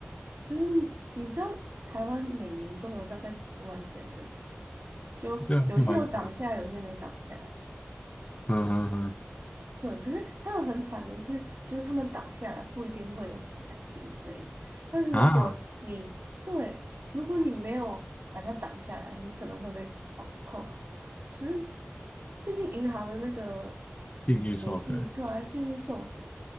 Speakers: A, on the right (about 75°); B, on the left (about 35°).
A: 就是你知道台湾每年都有大概几万件这种。就有些有挡下来，
B: <laughs> 这样是蛮多的。
A: 有些没挡下来。
B: 嗯嗯
A: 对，可是他们很惨的是，就是他们挡下来不一定会有什么奖金之类的。但是如果你对，
B: 嗯啊，
A: 如果你没有把它挡下来，你可能会被扣扣考绩。只是，毕竟银行的那个嗯名誉对啊，
B: 境遇受损，
A: 信誉受损。